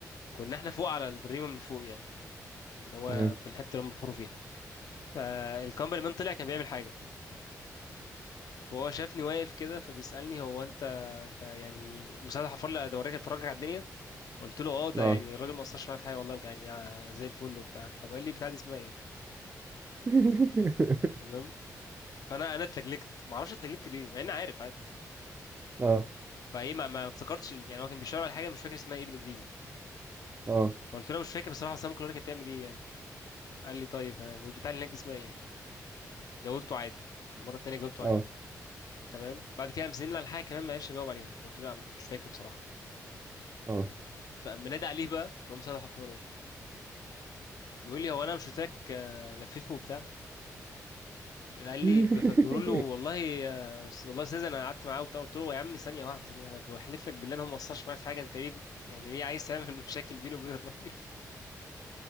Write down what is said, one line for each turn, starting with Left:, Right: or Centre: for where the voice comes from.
Left: كنا احنا فوق على البريمه من فوق يعني اللي هو
Right: تمام
Left: في الحته اللي هم بيحفروا فيها فالكمبري مان طلع كان بيعمل حاجه فهو شافني واقف كده فبيسالني هو انت انت يعني مساعد الحفار اللي ده وراك اتفرجك على الدنيا قلت له اه ده
Right: اه
Left: يعني الراجل ما اثرش معايا في حاجه والله يعني زي الفل وبتاع طب قال لي بتاع دي اسمها ايه
Right: <laughs>
Left: تمام فانا انا اتلجلجت ما اعرفش اتلجلجت ليه مع اني عارف عادي
Right: اه
Left: فايه ما, ما افتكرتش ال- يعني هو كان بيشاور على حاجه مش فاكر اسمها ايه بالانجليزي
Right: اه
Left: فقلت له مش فاكر بصراحه بس انا ممكن اقول لك هي بتعمل ايه يعني قال لي طيب تمام والبتاع اللي هناك دي اسمها ايه جاوبته عادي المره التانيه جاوبته
Right: اه
Left: عادي تمام بعد كده قام سالني على حاجه كمان ما عرفش اجاوب عليها قلت له لا مش فاكر بصراحه
Right: اه
Left: فقام نادي عليه بقى تقوم مسدح الحفار ده بيقول لي هو انا مش قلت لك آه، لففه وبتاع قال لي
Right: <laughs>
Left: فبيقول له والله يا أس- والله يا استاذ انا قعدت معاه وبتاع قلت له يا عم ثانيه واحده ثانيه انا بحلف لك بالله انا ما قصرش معايا في حاجه انت ليه يعني ليه عايز تعمل <laughs> مشاكل بيني وبين الراجل <laughs>